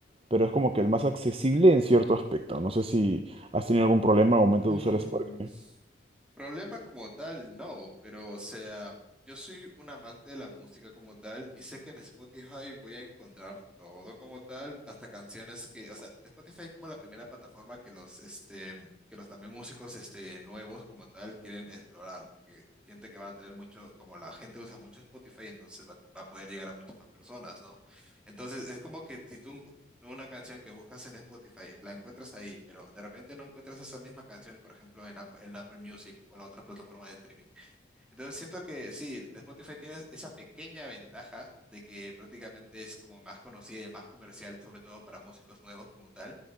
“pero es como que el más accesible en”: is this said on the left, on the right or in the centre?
Right